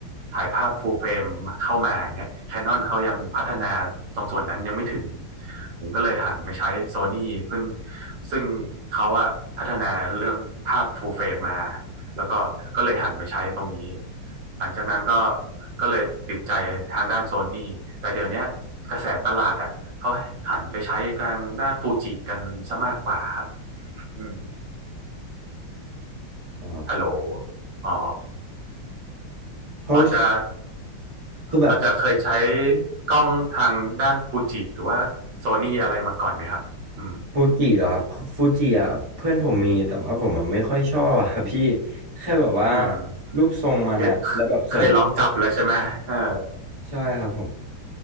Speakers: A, on the right (about 65°); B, on the right (about 35°).
A: ถ่ายภาพฟูลเฟรมเข้ามาอย่างเงี้ยแคนนอนเขายังพัฒนาตรงส่วนนั้นยังไม่ถึงผมก็เลยหันมาใช้โซนี่เพิ่งซึ่งเขาอะพัฒนาเรื่องภาพฟูลเฟรมมา แล้วก็ก็เลยหันมาใช้ตรงนี้ หลังจากนั้นก็ก็เลยติดใจทางด้านโซนี่แต่เดี๋ยวเนี้ยกระแสตลาดอ่ะเขาหันไปใช้กลางด้านฟูจิกันซะมากกว่าครับอืม
B: อ่า
A: ฮัลโหลอ๋อ
B: เพราะ
A: พอจะ
B: คือแบบ
A: พอจะเคยใช้กล้องทางด้านฟูจิหรือว่าโซนี่อะไรมาก่อนไหมครับ อืม
B: ฟูจิเหรอครับฟูจิอ่ะเพื่อนผมมีแต่ว่าผมอ่ะไม่ค่อยชอบอ่ะ <laughs> พี่แค่แบบว่า
A: อืม
B: รูปทรงมันอ่ะแล้วแบบส่วนมาก
A: เคยเคยลองจับแล้วใช่ไหมเออ
B: ใช่ครับผม